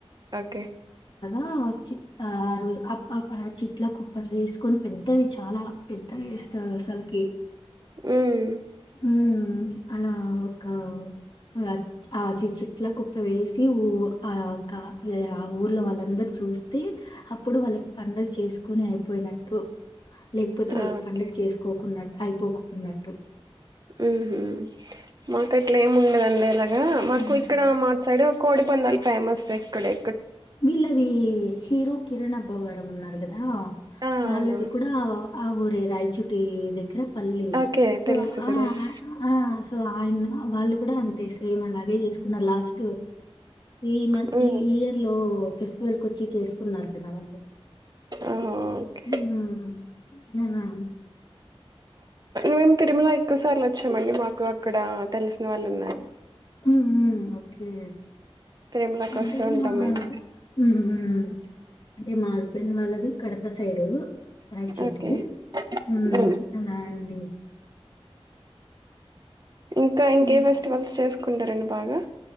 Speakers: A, on the right; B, on the left.
A: ఓకే
B: ఆ చి ఆ రోజు అ అ ప్ప చెట్లకు కుప్పలు ఏసుకొని పెద్దది చాలా పెద్దగా ఏస్ తరు అసలకి
A: ఊమ్
B: ఊమ్ అలా ఒక ఉం ఆ అది చెట్ల కుప్ప వేసి ఊ ఆ క ఇగ ఆ ఊర్లో వాళ్ళందరు చూస్తే అప్పుడు వాళ్ళకి పండగ చేస్ కుని అయిపోయినట్టు లేకపోతే వాళ్ళకి
A: ఓకే.
B: పండగ చేసుకోకున్నట్టు అయిపోకుకున్నట్టు
A: ఊమ్ మాకు అట్లా ఏం ఉండదండి అలాగా మాకు
B: హ్మ్.
A: ఇక్కడ మా సైడు కోడి పందాల్ ఫేమస్సే ఇక్కడే
B: వీళ్ళది హీరో కిరణ్ అబ్బవరం ఉన్నారు కదా దా
A: ఆ!
B: వాళ్ళది
A: అవును.
B: కూడా ఆ ఊరే రాయిచుటి దగ్గర పల్లి
A: ఓకే.
B: సో
A: తెలుసు.
B: ఆ
A: తెలుసు.
B: ఆ సో ఆయన వాళ్ళు కూడా అంతే సేమ్ అలాగే చేసుకున్నారు లాస్ట్ ఈ మ
A: హ్మ్.
B: ఈ ఈ ఇయర్ ఒ ఫెస్టివల్ కొచ్చే చేసుకున్నారు కదా ఆళ్ళు
A: ఓహో! ఓకే.
B: ఊమ్ ఆ
A: మేము తిరుమల ఎక్కువ సార్లు వచ్చామండి మాకు అక్కడ తెలిసిన వాళ్ళు ఉన్నారు
B: ఊహ్మ్ ఓకే
A: తిరుమలకొస్తూ
B: అంటే
A: ఉంటాం
B: మా
A: మేము.
B: హస్ ఊహ్మ్ అంటే మా హస్బెండ్ వాళ్ళది కడప సైడు రయచూటి
A: ఓకే.
B: ఊమ్
A: హ్మ్.
B: ఆ అండి
A: ఇంకా ఇంకే
B: హ్మ్.
A: ఫెస్టివల్స్ చేసుకుంటారండి బాగా